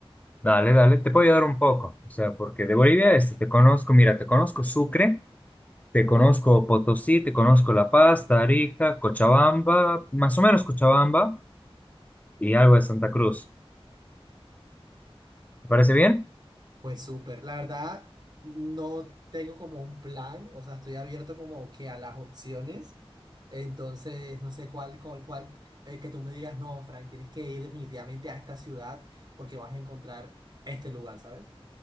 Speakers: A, on the left; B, on the right.
A: Dale, dale, te puedo ayudar un poco. O sea, porque de Bolivia este, te conozco, mira, te conozco Sucre, te conozco Potosí, te conozco La Paz, Tarija, Cochabamba, más o menos Cochabamba y algo de Santa Cruz. ¿Te parece bien?
B: Pues súper, la verdad no tengo como un plan, o sea, estoy abierto como que a las opciones, entonces no sé cuál, cuál, cuál eh, que tú me digas, no, Frank, tienes que ir definitivamente a esta ciudad porque vas a encontrar este lugar, ¿sabes?